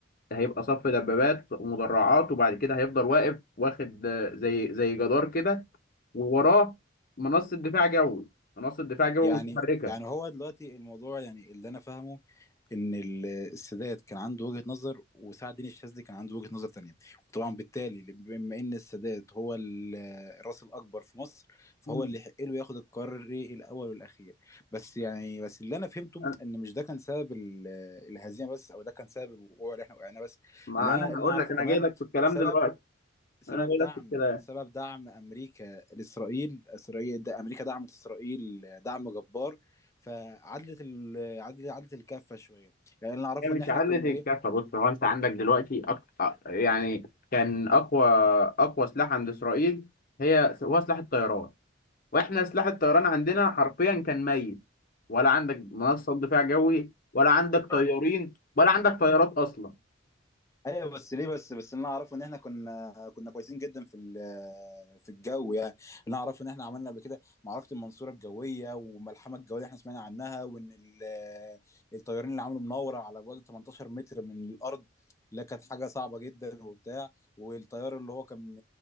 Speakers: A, on the left; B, on the left.
A: هيبقى صف دبابات ومدرعات وبعد كده هيفضل واقف واخد آه، زي زي جدار كده ووراه منصة دفاع جوي منصة دفاع جوي
B: يعني
A: متحركة
B: يعني هو دلوقتي الموضوع يعني اللي انا فاهمه ان ال- السادات كان عنده وجهة نظر وسعد الدين الشاذلي كان عنده وجهة نظر تانية وطبعا بالتالي بما ان السادات هو ال- الراس الاكبر في مصر فهو
A: مم.
B: اللي يحق له ياخد القرار إيه الاول والاخير بس يعني بس اللي انا فهمته
A: أنا-
B: ان مش ده كان سبب ال- الهزيمة بس او ده كان سبب الوقوع اللي احنا وقعنا بس
A: ما
B: اللي انا
A: انا
B: اللي
A: هقول
B: انا اعرفه
A: لك انا
B: كمان
A: جاي لك في الكلام
B: سبب
A: دلوقتي
B: سبب
A: انا جاي
B: دعم
A: لك في الكلام
B: سبب دعم امريكا لاسرائيل اسرائيل ده امريكا دعمت اسرائيل دعم جبار فعدلت ال... عدلت عدلت الكفه شويه يعني اللي اعرفه
A: هي من
B: ان احنا
A: شعلة
B: كنا ايه
A: الكفة بص هو انت عندك دلوقتي أق... أ- يعني كان اقوى اقوى سلاح عند اسرائيل هي هو سلاح الطيران واحنا سلاح الطيران عندنا حرفيا كان ميت ولا عندك منصة دفاع جوي ولا عندك
B: مم.
A: طيارين ولا عندك طيارات اصلا
B: ايوه بس ليه بس بس اللي انا اعرفه ان احنا كنا كنا كويسين جدا في ال- في الجو يعني اللي انا اعرفه ان احنا عملنا قبل كده معركه المنصوره الجويه والملحمه الجويه اللي احنا سمعنا عنها وان ال- الطيارين اللي عملوا مناوره على بعد 18 متر من الارض لا كانت حاجه صعبه جدا وبتاع والطيار اللي هو كان